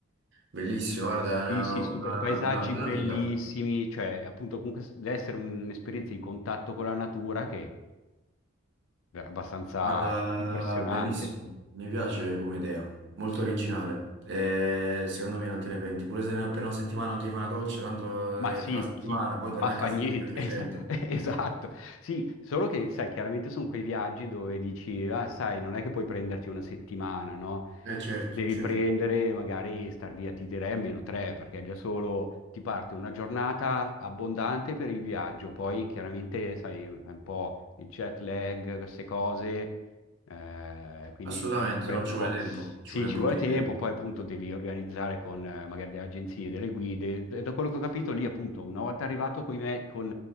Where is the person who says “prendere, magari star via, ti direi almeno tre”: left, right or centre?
Left